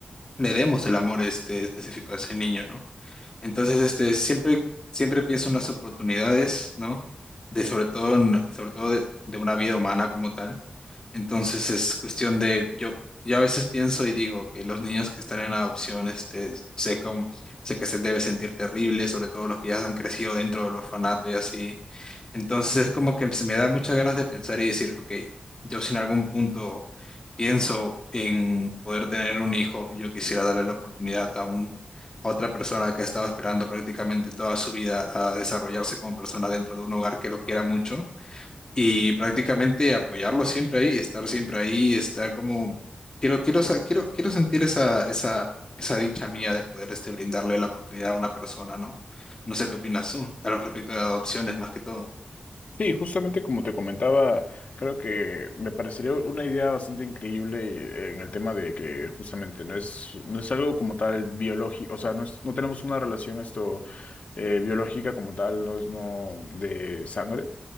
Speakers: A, on the left; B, on the left.
A: le demos el amor este, específico a ese niño, ¿no? Entonces, este, siempre, siempre pienso en las oportunidades, ¿no? De sobre todo, en- sobre todo de de una vida humana como tal entonces es cuestión de, yo, yo a veces pienso y digo que los niños que están en adopción, este, sé, cómo- sé que se debe sentir terrible, sobre todo los que ya han crecido dentro del orfanato y así. Entonces es como que se me da muchas ganas de pensar y decir, ok, yo si en algún punto pienso en poder tener un hijo, yo quisiera darle la oportunidad a un, a otra persona que ha estado esperando prácticamente toda su vida a desarrollarse como persona dentro de un hogar que lo quiera mucho y prácticamente apoyarlo siempre ahí, estar siempre ahí, estar como, quiero, quiero, sa- quiero, quiero sentir esa, esa, esa dicha mía de poder este, brindarle la oportunidad a una persona, ¿no? No sé qué opinas tú, a lo respecto de adopciones más que todo.
B: Sí, justamente como te comentaba, creo que me parecería una idea bastante increíble eh, en el tema de que justamente no es, no es algo como tal biológico, o sea, no, es- no tenemos una relación esto eh, biológica como tal, no es no de sangre,